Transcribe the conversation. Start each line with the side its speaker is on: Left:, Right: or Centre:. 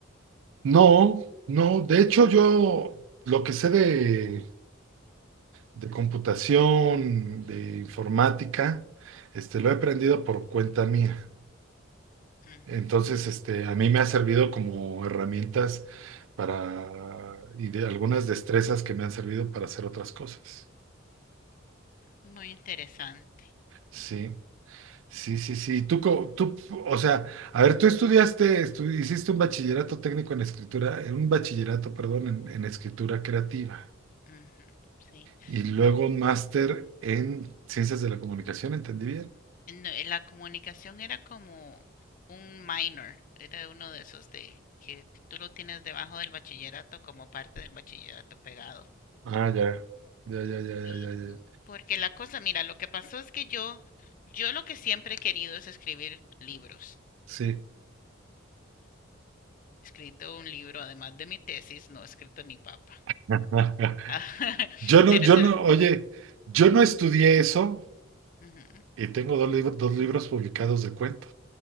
Right: No, no, de hecho yo lo que sé de, de computación, de informática, este, lo he aprendido por cuenta mía.
Left: Ujú,
Right: Entonces, este, a mí me ha servido como herramientas para, y de algunas destrezas que me han servido para hacer otras cosas.
Left: Muy interesante.
Right: Sí, sí, sí, sí. Tú, co- tú, o sea, a ver, tú estudiaste, estu- hiciste un bachillerato técnico en escritura, eh, un bachillerato, perdón, en, en escritura creativa
Left: Ujú, Sí.
Right: y luego un máster en ciencias de la comunicación, ¿entendí bien?
Left: No, eh, la comunicación era como un minor, era uno de esos de que tú lo tienes debajo del bachillerato como parte del bachillerato pegado.
Right: Ah, ya, ya, ya, ya,
Left: Y
Right: ya, ya, ya. ya.
Left: porque la cosa, mira, lo que pasó es que yo, yo lo que siempre he querido es escribir libros.
Right: Sí.
Left: He escrito un libro, además de mi tesis, no he escrito ni papa.
Right: <laughs>
Left: <laughs>
Right: Yo no,
Left: Pero
Right: yo
Left: eso
Right: no,
Left: era-
Right: oye, yo no estudié eso.
Left: Ujú,
Right: Y tengo dos, libros dos libros publicados de cuento.